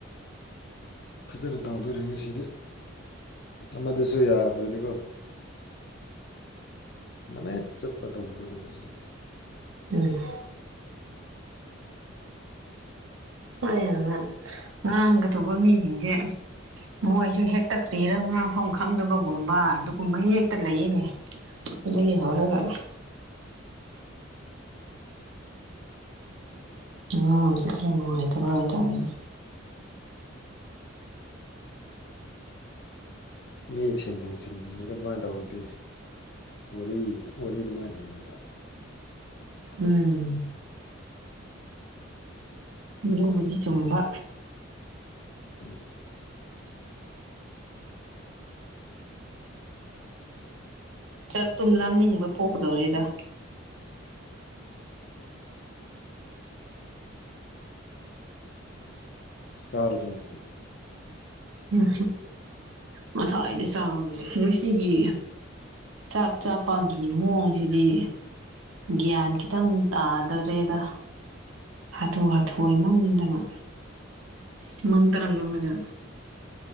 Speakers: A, on the left (about 55°); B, on the right (about 80°).
A: ꯐꯖꯅ ꯇꯧꯗꯣꯔꯤ ꯉꯁꯤꯗꯤ ꯑꯃꯗꯨꯁꯨ ꯌꯥꯗꯔ꯭ ꯗꯤꯀꯣ ꯃꯃꯦ ꯆꯠꯄ ꯇꯧꯗꯣꯔꯤꯅꯤ ꯁꯤꯗꯤ <inaudible>
B: ꯎꯝ ꯑꯩꯅꯅꯦ ꯉꯥꯡꯒꯗꯧꯕ ꯃꯤꯁꯤꯡꯁꯦ ꯃꯣꯏꯁꯨ ꯍꯦꯛꯇ ꯀ꯭ꯔꯤꯔ ꯉꯥꯡꯐꯝ ꯈꯪꯗꯕꯒꯨꯝꯕ ꯑꯗꯨꯒꯨꯝꯕ ꯍꯦꯛꯇ ꯂꯩꯌꯦꯅꯦ ꯑ ꯌꯥꯎꯔꯒ
A: ꯎꯝ
B: ꯑꯉꯥꯡꯁꯦ ꯈꯔ ꯅꯨꯡꯉꯥꯏꯇꯕ ꯍꯥꯏꯇꯥꯔꯦ
A: ꯃꯤ ꯁꯦꯟ ꯁꯦꯟꯁꯤꯟꯅꯤꯉꯔꯒ ꯑꯗꯨꯃꯥꯏꯅ ꯇꯧꯔꯗꯤ ꯋꯥꯔꯤ ꯋꯥꯔꯤ ꯑꯗꯨꯃꯥꯏꯅ ꯂꯩꯌꯦꯕ
B: ꯎꯝ ꯑꯗꯨꯕꯨꯗꯤ ꯆꯨꯝꯕ
A: ꯎꯝ
B: ꯆꯥꯛꯇꯨꯝ ꯂꯝꯅꯤꯡꯕ ꯄꯣꯛꯀꯗꯧꯔꯦꯗ
A: ꯆꯥꯔꯣꯗꯅ
B: ꯎꯝ ꯉꯁꯥꯗꯤ ꯆꯥ ꯉꯁꯤꯒꯤ ꯆꯥꯛ ꯆꯥꯄꯒꯤ ꯃꯑꯣꯡꯁꯤꯗꯤ ꯒ꯭ꯌꯥꯟ ꯈꯤꯇꯪ ꯇꯥꯗꯔꯦꯗ ꯍꯥꯊꯨ ꯍꯥꯊꯨ ꯍꯃꯟꯗꯅ ꯃꯃꯪ ꯇꯔꯪ ꯑꯃꯗ